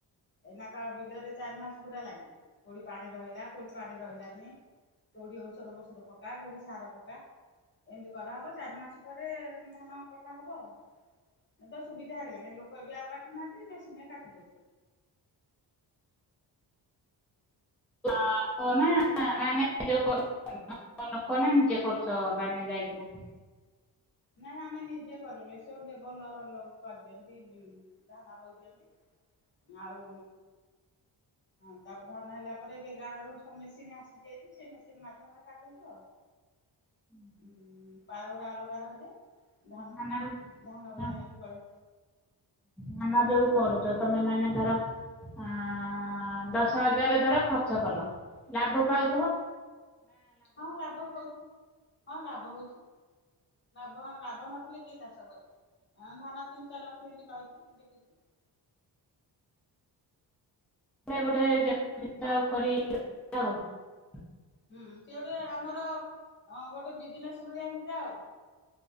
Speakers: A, on the left (about 25°); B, in the centre.
A: ଏଇନା କ ବିଲରେ ଚାରି ମାସ ପୁରା ଲାଗିବେ କୋଉଠି ପାଣି ରହିଲା କୋଉଠି ପାଣି ରହିଲାନି। କୋଉଠି ଔଷଧ ପୋଷଧ ପକା କୋଉଠି ସାର ପକା ଏମିତି କରାହବ ଚାରି ମାସ ପରେ ଧାନ କଟା ହବ ଆଉ। ଏ ତ ସୁବିଧାଇଗଲାଣି ଲୋକ ଏବେ ଆଉ କାଟୁହାନ୍ତି ମେସିନ୍ ରେ କାଟି ଦଉଛନ୍ତି।
B: ହଁ ହନା ନା <unintelligible> ଯଉ କର ଲୋକ ନା ନିଜେ କରୁଛ ମାନେ ଯାଇକିନା।
A: ନାଇଁ ଆମେ ନିଜେ କରୁନୁ ଏସବୁ ଲେବର ଲୋ ଲୋକ କରିଦିଅନ୍ତି ଧାନ ରୋଇ ଦିଅନ୍ତି। ଆଉ ହଁ ତାପରେ ଧାନ ହେଲା ପରେ ଏବେ ଗାଁ ରୁ ସବୁ ମେସିନ ଆସିଛି ଭାରି ସେ ମେସିନ ମାଧ୍ୟମରେ କାଟୁଛୁ ଆଉ।
B: <unintelligible>
A: ଉଁ ପାଳଗୁରା ଅଲଗା ରହିଯାଏ। ଧାନ
B: ନାନରେ ଯୋଉ
A: ଧାନ ଗୁରା ନେଇକି ପଳେଇ
B: ଧାନ ଯୋଉ ଯୁ କରୁଛ ତମେ ମାନେ ଧର। ଆଁ ଦଶ ହଜାର ଧର ଖର୍ଚ୍ଚ କଲ ଲାଭ ପାଉଥୁବ?
A: ହଁ ଲାଭ ହଉଚି ହଁ ଲାଭ ହଉଚି। ମାବନ୍ ଲାଭ ନଥିଲେ କି ଚାଷ କରିବ। ଅଁ ଧାନ ତିନି ଚାରି ଲକ୍ଷ୍ୟ ଏମିତି ପାଉଛି ବିକିକି। <inaudible>
B: ନାଇଁ ଗୋଟେ ଯେମିତି ଆଉ କରି <unintelligible>
A: ହୁଁ ସିଉଡେ ଆମର ଅଁ ଗୋଟେ ବିଜିନେସ୍ ଭଳିଆସେଟା ଆଓ।